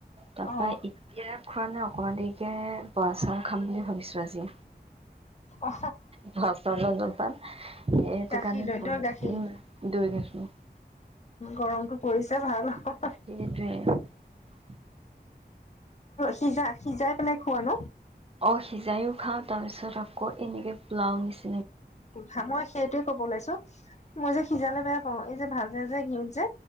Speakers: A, on the right; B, on the left.
A: তাৰপা
B: অ
A: এতিয়া খোৱা নাই অকমান দেৰি <unintelligible> বোৱা চাউল খাম বুলি ভাবিছোঁ আজি।
B: অ অ
A: বৰা চাউলৰ জলপান সেইটো
B: গাখীৰ
A: কাৰণে
B: লৈ তই
A: উম
B: গাখীৰ
A: দৈ গাখীৰ
B: গৰমটো পৰিছে ভাল হ'ব
A: সেইটোৱে
B: সিজা-সিজাই পেলাই খোৱা ন?
A: অ', সিজাইও খাও তাৰ পিছত আকৌ এনেকে পোলাও নিচি
B: া মই সেইটোোৱে কব ওলাইছো মই যে সিজালে বেয়া অ', এই যে ভাজে যে ঘিউত যে,